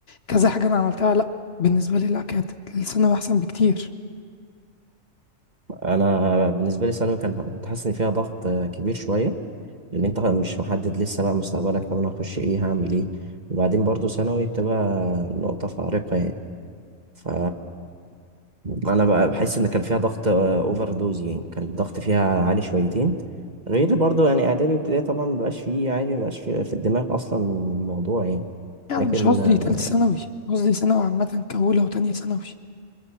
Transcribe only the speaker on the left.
كذا حاجة أنا عملتها لأ بالنسبة لي لأ كانت الثانوي أحسن بكتير
يعني
مش قصدي
تالتة ثانوي قصدي ثانوي عامة كأولى وتانية ثانوي